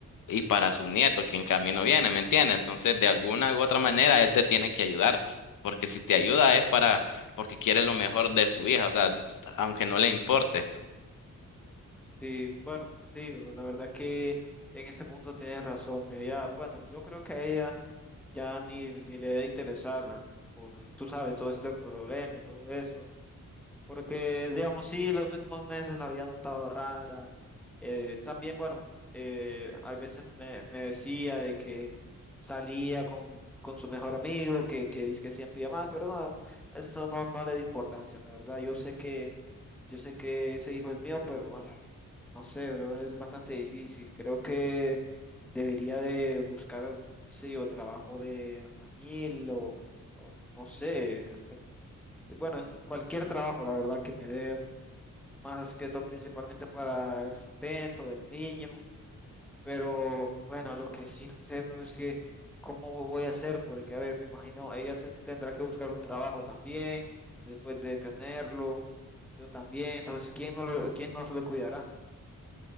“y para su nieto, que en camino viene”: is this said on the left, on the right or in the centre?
Left